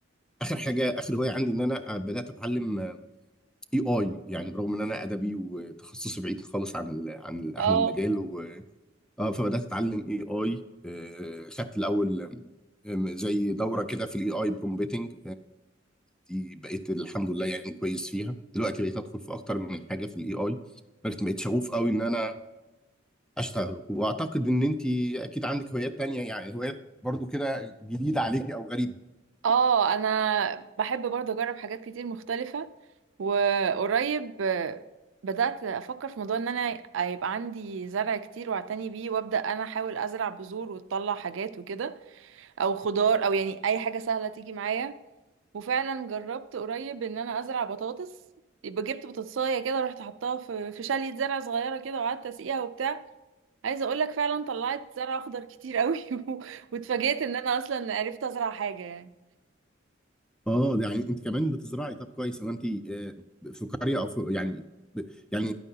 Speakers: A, in the centre; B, on the right.
A: اخر حاجه اخر هوايه عندي ان انا آه، بدات اتعلم اي اي يعني برغم ان انا ادبي وتخصصي بعيد خالص عن ال عن ال- عن
B: اه
A: المجال اه فبدات اتعلم اي اي خدت الاول آم، زي دوره كده في الاي اي برومبتنج دي بقيت الحمد لله يعني كويس فيها دلوقتي بقيت ادخل في اكتر من حاجه في الاي اي بقيت بقيت شغوف قوي ان انا اشتغل واعتقد ان انت اكيد عندك هوايات تانية يعني هوايات برضو كده جديده عليكي او غريبه
B: اه انا بحب برضه اجرب حاجات كتير مختلفة وقريب آه، بدأت افكر في موضوع ان انا يبقى عندي زرع كتير واعتني بيه وابدأ انا احاول ازرع بذور وتطلع حاجات وكده او خضار او يعني اي حاجة سهلة تيجي معايا وفعلا جربت قريب ان انا ازرع بطاطس يبقى جبت بطاطسايه كده رحت حطاها في في شاليه زرع صغيره كده وقعدت اسقيها وبتاع عايزه اقول لك فعلا طلعت زرع اخضر كتير قوي <laughs> و- واتفاجئت ان انا اصلا عرفت ازرع حاجه يعني
A: اه ده يعني انت كمان بتزرعي طب كويس هو انت آه، في قريه او في يعني ب- يعني